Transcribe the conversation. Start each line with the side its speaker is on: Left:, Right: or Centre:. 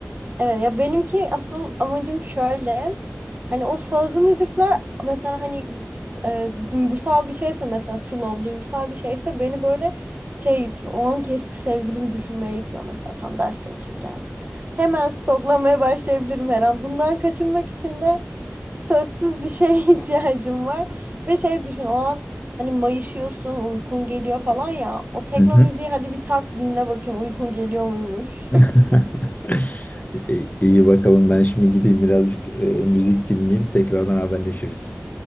Right: Evet ya benimki asıl amacım şöyle. Hani o sözlü müzikler mesela hani e, duygusal bir şeyse mesela slow duygusal bir şeyse beni böyle şey itiyor. O anki eski sevgilimi düşünmeye itiyor mesela tam ders çalışırken. Hemen stoklamaya başlayabilirim her an. Bundan kaçınmak için de sözsüz bir şeye <laughs> ihtiyacım var. Ve şey düşün o an hani mayışıyorsun uykun geliyor falan ya. O tekno
Left: Hı hı.
Right: müziği hadi bir tak dinle bakayım uykun geliyor muymuş.
Left: <laughs>
Right: <laughs>
Left: İyi iyi bakalım ben şimdi gideyim birazcık eee, müzik dinleyeyim tekrardan haberleşiriz.